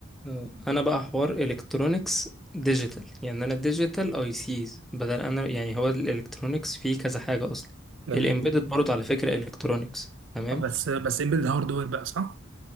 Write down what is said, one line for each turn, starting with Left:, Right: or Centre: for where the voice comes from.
Centre: آه، انا بقى حوار الكترونيكس ديجيتال يعني انا ديجيتال اي سيز بدل انا يعني هو الالكترونيكس فيه كذا حاجة اصلا
Right: جميل
Centre: الامبيدد برضه على فكرة الكترونيكس تمام
Right: بس بس امبيدد هاردوير بقى صح